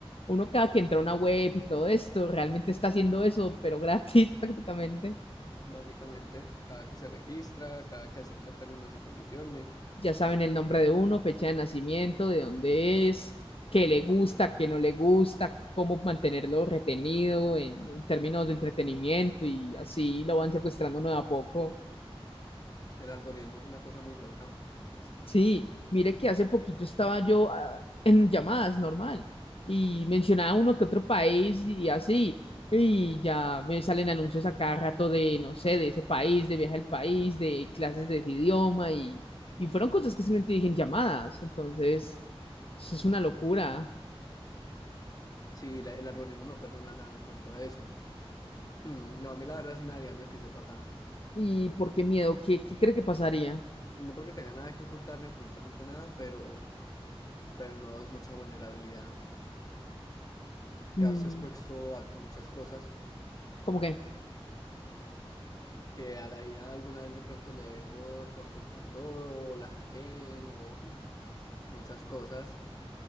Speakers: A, on the left; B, on the left.
A: Uno cada que entra a una web y todo esto, realmente está haciendo eso, pero gratis <laughs> prácticamente.
B: básicamente. Cada que se registra, cada que acepta términos y condiciones.
A: ya saben el nombre de uno, fecha de nacimiento, de dónde es, qué le gusta, qué no le gusta, cómo mantenerlo retenido en, términos de entretenimiento y así lo van secuestrando uno de a poco.
B: El algoritmo es una cosa muy loca.
A: Sí, mire que hace poquito estaba yo ah, en llamadas normal y mencionaba uno que otro país y así, y ya me salen anuncios a cada rato de, no sé, de ese país, de viaje al país, de clases de ese idioma y, y fueron cosas que simplemente dije en llamadas, entonces eso es una locura.
B: Sí, la- el algoritmo no perdona nada en cuanto a eso. Mm, no, a mí la verdad sí me daría miedo que sepa tanto.
A: ¿Y por qué miedo? ¿Qué, qué cree que pasaría?
B: No porque tenga nada que ocultar ni absolutamente nada, pero, pero no es mucha vulnerabilidad.
A: Mm,
B: Ya os he expuesto a muchas cosas
A: ¿cómo que?
B: que a la IA alguna vez de pronto le dé por, por soltar todo, o la hackeen, o <laughs> mm, muchas cosas.